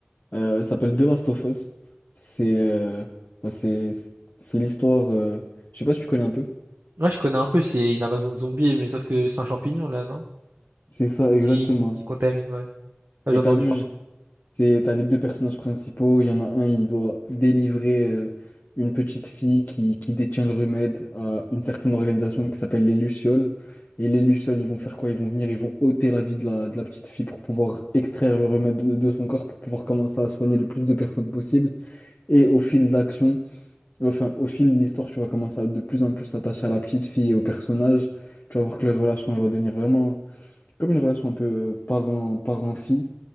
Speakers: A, on the left; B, on the right.
A: Euh, elle s'appelle The Last of Us. C'est euh, bah, c'est c'est l'histoire. euh, Je sais pas si tu connais un peu.
B: Ouais, je connais un peu, c'est une invasion de zombies, mais sauf que c'est un champignon, là, non?
A: C'est ça, exactement.
B: Qui, qui contamine, ouais. Ouais,
A: Et
B: j'ai entendu
A: t'as vu,
B: parler.
A: C'est- T'as les deux personnages principaux, il y en a un, il doit délivrer euh, une petite fille qui, qui détient le remède à une certaine organisation qui s'appelle les Lucioles. Et les Lucioles, ils vont faire quoi? Ils vont venir, ils vont ôter la vie de la, de la petite fille pour pouvoir extraire le remède de, de son corps, pour pouvoir commencer à soigner le plus de personnes possible. Et au fil d'action, enfin au fil de l'histoire, tu vas commencer à de plus en plus s'attacher à la petite fille et au personnage. Tu vas voir que leur relation, elle va devenir vraiment comme une relation un peu parent, parent-fille.